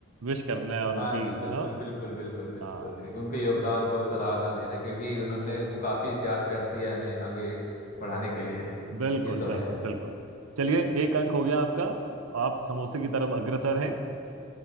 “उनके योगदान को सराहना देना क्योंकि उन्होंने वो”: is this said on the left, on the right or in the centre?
Left